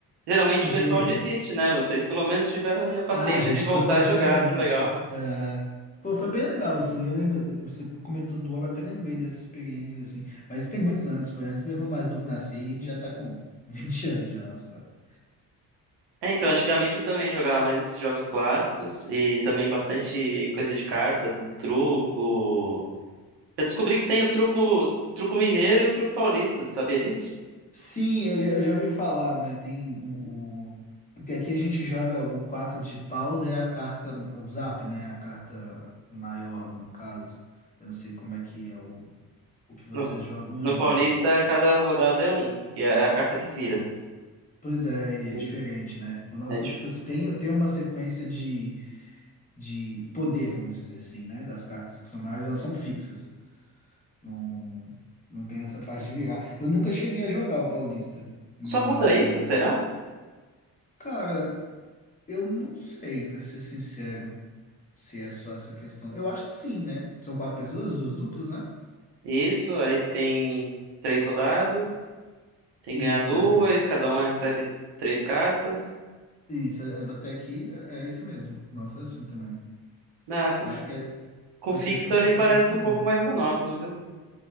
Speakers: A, on the right; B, on the left.
A: Geralmente
B: Porque
A: o pessoal desiste, né? Vocês pelo menos tiveram ali a paciência
B: Ah, a gente
A: de voltar
B: foi perseverante.
A: a jogar. Que legal.
B: É. Pô, foi bem legal, assim. Eu lembro, você comentou do Ouro, eu até lembrei dessa experiência, assim. Mas isso tem muitos anos, foi antes meu irmão mais novo nascer e ele já tá com <laughs> 20 anos já nas costas.
A: É, então, antigamente eu também jogava mais esses jogos clássicos e também bastante coisa de cartas, truco. Eu descobri que tem o truco, truco mineiro e o truco paulista, sabia disso?
B: Sim, eu já, eu já ouvi falar, né? Tem o, o- Porque aqui a gente joga o 4 de paus, é a carta, o zap, né? A carta maior, no caso. Eu não sei como é que é o, o que vocês
A: No,
B: jogam aí.
A: no Paulista, cada rodada é um, que é é a carta que vira.
B: Pois é, e
A: Sim.
B: é diferente, né? O nosso,
A: É dif-
B: tipo, assim, tem, tem uma sequência de. de poder, vamos dizer assim, né? Das cartas que são maiores, elas são fixas. Não, não tem essa parte de virar. Eu nunca cheguei a jogar o Paulista, mas,
A: Só muda isso, será?
B: cara, eu não sei, pra ser sincero, se é só essa questão. Eu acho que sim, né? São quatro pessoas, os duplos, né?
A: Isso, aí tem três rodadas, tem
B: Isso
A: que ganhar duas,
B: é.
A: cada um recebe três cartas.
B: Isso, é, até aqui é é isso mesmo. Nossa, é assim também.
A: Na com,
B: Eu
A: fi-
B: acho que é-
A: com
B: pode
A: fixa
B: ser só essa
A: me
B: questão
A: parece
B: do poder.
A: um pouco mais monótono, viu?